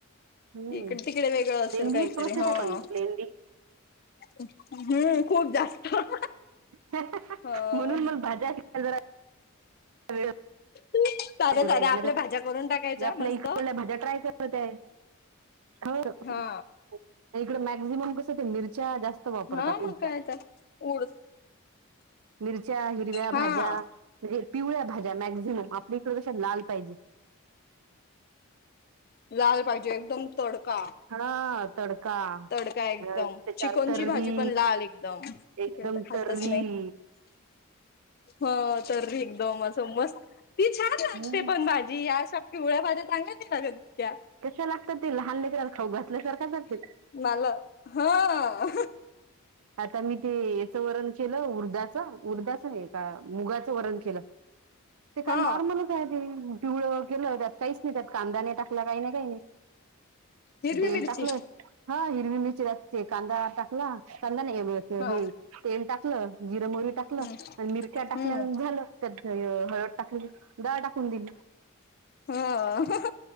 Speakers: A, on the right; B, on the left.
A: हम्म
B: इकडे तिकडे वेगळं असेल
A: लेंदी
B: काहीतरी
A: प्रोसेस
B: हा.
A: आहे पण लेंदी
B: हम्म खूप जास्त <inaudible>
A: हा हा
B: ह
A: हा म्हणून मग भाज्या शिकायला जरा <inaudible>
B: साध्या साध्या
A: डला
B: आपल्या भाज्या करून टाकायच्या
A: आपल्या
B: मस्त
A: इकडल्या भज्या ट्राय कर. हो ते
B: हा
A: <inaudible> इकड मॅक्झिमम कसं ते मिरच्या जास्त वापरतात
B: हा
A: मिरच्या
B: मग काय तर उड
A: मिरच्या हिरव्या भाज्या.
B: हा
A: हे पिवळ्या भाज्या मॅक्झिमम आपल्या इकडे लाल पाहिजे.
B: लाल पाहिजे एकदम तडका.
A: हा तडका आ
B: तडका एकदम
A: <unintelligible> त्याच्यावर
B: चिकनची
A: तर्री.
B: भाजी पण लाल एकदम तिकडे
A: एकदम
B: तर खातच
A: तरीरी.
B: हो तरी एकदम असं मस्त ती छान
A: हम्म
B: लागते पण भाजी यासा पिवळ्या भाज्या चांगल्यात ना का त्या
A: कशा लागतात ते लहान लिकला खाऊ घातल्यासारखा करते.
B: मला हा.
A: आता मी ते याचं वर्ण केलं उर्धाच उद्धस्त. एका मुगाचं वरण केलं. ते का
B: हा
A: नॉर्मल काय ते डिवळ गेलं त्यात काहीच नाही त्यात कांदा नाही टाकला काही नाही काही नाही.
B: हिरवी
A: तेल
B: मिरची.
A: टाकलं हा हिरवी मिरची लागते. कांदा टाकला, कांदा नाही हे
B: हा
A: तेल टाकलं जिर मोरी टाकलं
B: हम्म
A: मिरच्या टाकल्या
B: हम्म
A: झालं त्याच हळद टाकली. दाळ टाकून दिली.
B: हो हो